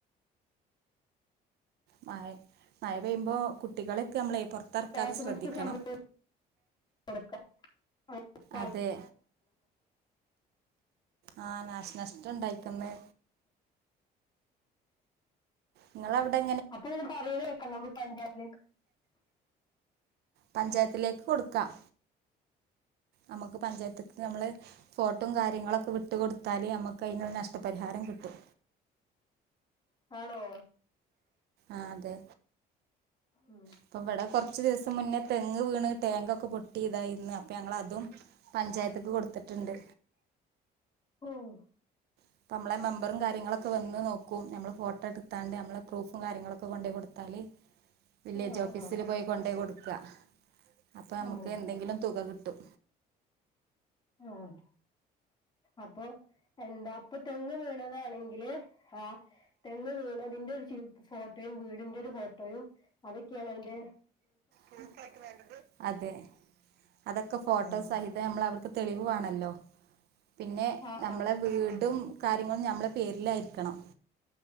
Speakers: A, on the right; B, on the left.
A: മഴ മഴ പെയ്യുമ്പോ കുട്ടികളക്കെ ഞമ്മളെയ് പൊർ ത്തർക്കാതെ
B: നാശനഷ്ടം
A: ശ്രദ്ധിക്കണം
B: സംഭവിച്ചു കൊടുക്ക <inaudible>
A: അതെ ആഹ് നാശനഷ്ട്ടം ഇണ്ടായിക്ക്ന്ന് ഇങ്ങള അവിടെ
B: അപ്പ ഇങ്ങന പറയിണേക്കാം നമ്മള് പഞ്ചായിലെ
A: പഞ്ചായത്തിലേക്ക് കൊടുക്കാം അമ്മക്ക് പഞ്ചായത്ത് അമ്മള് ഫോട്ടം കാര്യങ്ങളൊക്കെ വിട്ട ട്ട് കൊടുത്താല് ഞമ്മക്കയിന് അതിനൊരു നഷ്ടപരിഹാരം കിട്ടും
B: ആണോ?
A: ആഹ് അതെ
B: ഉം
A: ഇപ്പം വടെ കുറച്ചു ദിവസം മുന്നേ തെ ങ്ങ് വീണ് ടേങ്കൊക്കെ പൊട്ടി ഇതായിന്ന് അപ്പ ഞങ്ങളതും പഞ്ചായത്ത്ക്ക് കൊട്ത്തിട്ട്ണ്ട്.
B: ഓഹ്
A: അപ്പ നമ്മളെ മെമ്പറും കാര്യങ്ങളൊക്കെ വന്ന് നോക്കും. നമ്മൾ ഫോട്ടട്ത്താണ്ട് നമ്മളെ പ്രൂഫും കാര്യങ്ങളൊ ക്കെ കൊണ്ടയ് കൊടുത്താല് വില്ലേജ്
B: ആഹ്
A: ഓഫീസിൽ
B: ആഹ്
A: പോയി കൊണ്ടെയ് കൊട് ക്കാ. അപ്പൊ നമുക്ക്
B: ആഹ്
A: എന്തെങ്കിലും തുക കിട്ടും
B: ആഹ് അപ്പൊ എന്താ അപ്പൊ തെങ്ങ് വീണതാണെങ്കില് ആ തെങ്ങ് വീണതിന്റെ ചി ഒരു ഫോട്ടോയും വീടിന്റെ ഒരു ഫോട്ടോയും അതൊക്കെയാണൊ അയിന്റെ
A: പ്രൂഫായിട്ട് വേണ്ടത്? അതെ. അതൊക്കെ ഫോട്ടോ
B: ആഹ്
A: സഹിതം നമ്മൾ അവർക്ക് തെളിവ് വാണ ല്ലോ പിന്നെ
B: ആഹ്
A: നമ്മളെ വീടും കാര്യങ്ങളും ഞമ്മളെ പേരിലായിരിക്കണം.